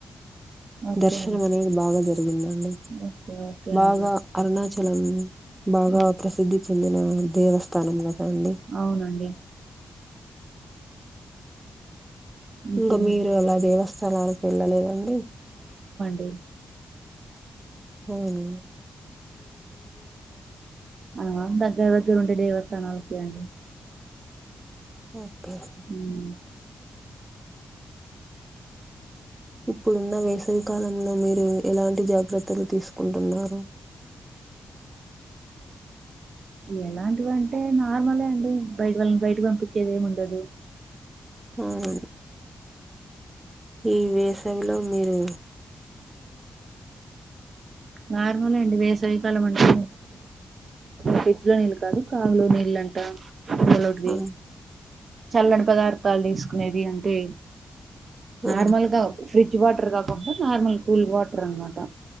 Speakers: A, on the right; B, on the right.
A: ఓకే
B: దర్శనం
A: అండి
B: అనేది బాగా జరిగిందండి
A: ఓకే ఓకే
B: బాగా
A: అండి
B: అరుణాచలం బాగా
A: ఉ
B: ప్రసిద్ధి చెందిన దేవస్థానం కదా అండి <inaudible>
A: అవునండి ఇంకేమండి
B: ఇంకా మీరు అలా దేవస్థాలాలకు వెళ్ళలేదండి
A: టీ
B: అవునండి
A: ఆ దగ్గర దగ్గర ఉంటే దేవస్థానాలకే అండి
B: ఓకే
A: ఉమ్.
B: ఇప్పుడున్న వేసవి కాలంలో మీరు ఎలాంటి జాగ్రత్ త్తలు తీసుకుంటున్నారు
A: ఎలాంటివి అంటే నార్మలే అండి బైట్ వాల్ని బైటిక్ పంపించేది ఏముండదు
B: ఉమ్ ఈ వేసవిలో మీరు
A: నార్మలే అండి వేసవికాలం అంటే ఫ్రిడ్జ్ లో నీళ్ళు కాదు కాగులో నీళ్లంటాం హలోండి
B: ఆ
A: చల్లటి పదార్థాలు దీసుకునేది అంటే నార్
B: ఆ
A: మల్ గా ఫ్రిడ్జ్ వాటర్ గాకుండా నార్మల్ కూల్ వాటర్ అన్ మాట.